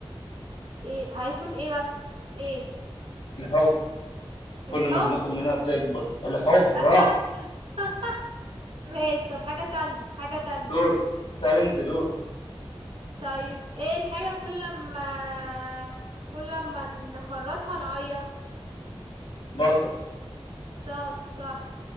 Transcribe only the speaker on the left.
الحفرة كل
ما بناخد منها بتكبر الحفرة
دور انت دور
بصل